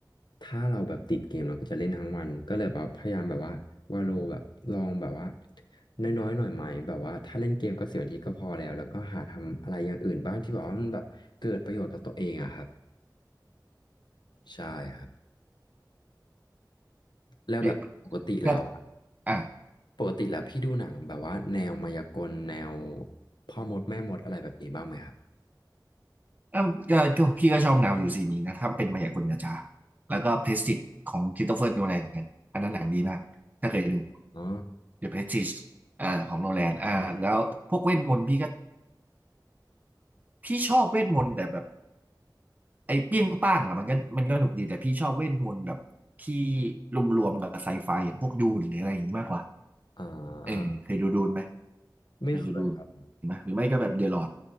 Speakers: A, on the left (about 75°); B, on the right (about 20°).
A: ถ้าเราแบบติดเกมเราก็จะเล่นทั้งวันก็เลยแบบพยายามแบบว่าวาโลแบบลองแบบว่าน้อยๆหน่อยไหมแบบว่าถ้าเล่นเกมก็สิบนาทีก็พอแล้วแล้วก็หาทำอะไรอย่างอื่นบ้างที่แบบว่ามันแบบเกิดประโยชน์กับตัวเองอะครับใช่ครับแล้วแบบปกติแล้วอะ
B: เดี๋ยวก็อ่า
A: ปกติแล้วพี่ดูหนังแบบว่าแนวมายากลแนวพ่อมดแม่มดอะไรแบบนี้บ้างไหมครับ
B: เอ้าก็ก็พี่ก็ชอบแนวอยู่สีนี้นะถ้าเป็นมายากลจาๆแล้วก็เพรสติจของคริสโตเฟอร์โนแลนเหมือนกันอันนั้นหนังดีมากถ้าเคยดู
A: อ๋อ
B: The Prestige อ่าของโนแลนอ่าแล้วพวกเวทมนต์พี่ก็พี่ชอบเวทมนต์แต่แบบไอ้เปี้ยงป้างอ่ะมันก็มันก็หนุกดีแต่พี่ชอบเวทมนต์แบบที่รวมๆกับไซไฟอย่างพวกดูนหรืออะไรอย่างนี้มากกว่า
A: อ่า
B: เออเคยดูดูนไหม
A: ไม่เคยครับผม
B: เคยดูดูนไหมหรือไม่ก็แบบเดลอด